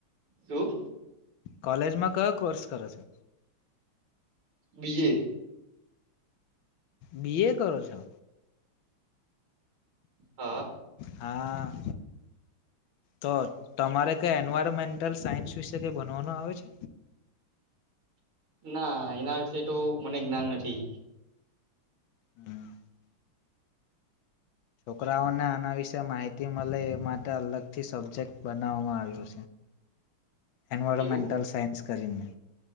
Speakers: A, on the right (about 70°); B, on the left (about 70°).
A: શું
B: કોલેજમાં કયો કોર્સ કરો છો
A: બીએ
B: બી એ કરો છો
A: હા
B: હા તો તમારે કઈ એન્વાયરમેન્ટલ સાયન્સ વિશે બનવાનો આવે છે
A: ના એના વિશે તો મને જ્ઞાન નથી
B: હમ <unintelligible> <inaudible> <inaudible> <inaudible> <unintelligible> <inaudible> <inaudible> છોકરાઓને આના વિશે માહિતી મળે એ માટે અલગથી સબ્જેક્ટ બનાવામાં આવ્યો છે એનવાયરોમેન્ટલ
A: એવું
B: સાયન્સ કરીને